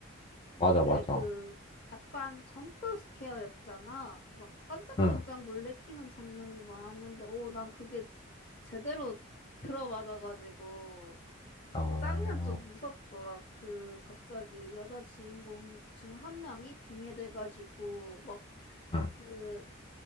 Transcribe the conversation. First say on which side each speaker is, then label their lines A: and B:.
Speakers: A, on the left (about 25°); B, on the left (about 45°).
A: 맞아,
B: 그게
A: 맞아.
B: 그 약간 점프 스케어였잖아. 막 깜짝깜짝
A: 응,
B: 놀래키는 장면이 많았는데 오, 난 그게 제대로 들어맞아가지고
A: 아,
B: 그 장면 좀 무섭더라. 그 갑자기 여자 주인공 중 한 명이 빙해돼가지고 막
A: 응,
B: 그